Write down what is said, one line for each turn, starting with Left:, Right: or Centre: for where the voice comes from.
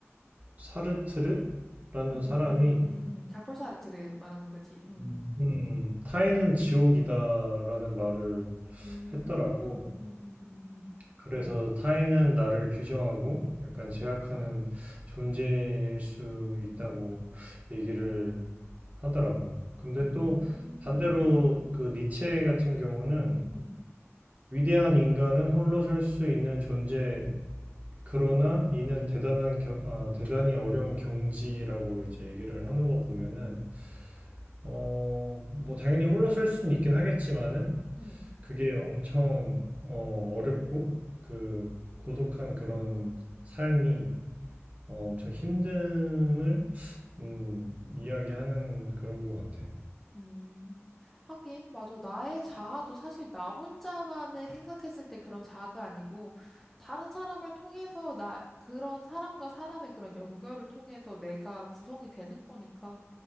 Right: 사르트르라는
Centre: 응응응응응응
Right: 사람이
Centre: 장폴사 아르트를 말하는 거지. 응.
Right: 음, 음, 타인은 지옥이다라는 말을
Centre: 음,
Right: 했더라고.
Centre: 음, 음, 음, 음,
Right: 그래서 타인은 나를 규정하고 약간 제약하는 존재일 수 있다고 얘기를 하더라고. 근데
Centre: 음, 음.
Right: 또 반대로 그 니체 같은 경우는
Centre: 응.
Right: 위대한 인간은 홀로 설 수 있는 존재, 그러나 이는 대단한 겨- 아, 대단히 어려운 경지라고 이제 얘기를 하는 거 보면은 어, 뭐 당연히 홀로 설 수는 있긴 하겠지만은
Centre: 응.
Right: 그게 엄청 어, 어렵고 그 고독한 그런 삶이 어, 엄청 힘듦을 음, 이야기하는 그런 것 같아.
Centre: 음, 하긴, 맞아. 나의 자아도 사실 나 혼자만의 생각했을 때 그런 자아가 아니고, 다른 사람을 통해서 나, 그런 사람과 사람의 그런 연결을 통해서 내가 구성이 되는 거니까,